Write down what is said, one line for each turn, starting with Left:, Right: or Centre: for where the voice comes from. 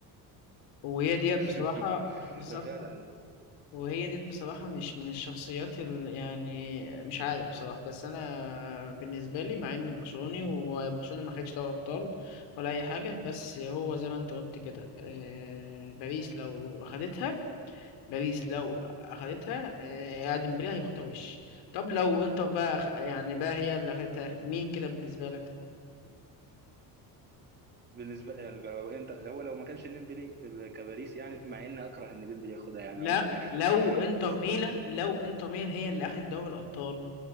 Left: وهي ديت
Right: <laughs>
Left: بصراحة <laughs> بالظبط
Right: ده فعلا
Left: وهي دي بصراحة مش من الشخصيات ال... يعني مش عارف بصراحة بس أنا بالنسبة لي مع إن برشلوني وبرشلونة ما خدش دوري أبطال ولا أي حاجة بس هو زي ما أنت قلت كده آه، باريس لو أخدتها باريس لو أخدتها آه، ديمبلي هياخدها وش طب لو إنتر بقى أخ- يعني بقى هي اللي أخدتها مين كده بالنسبة لك؟
Right: بالنسبة يعني لو انت هو لو ما كانش ديمبلي في ال- كباريس يعني مع اني اكره ان ديمبلي ياخدها يعني
Left: لا
Right: عموما <laughs>
Left: لو إنتر
Right: بس
Left: ميلان
Right: آه،
Left: لو إنتر ميلان هي اللي أخدت دوري الأبطال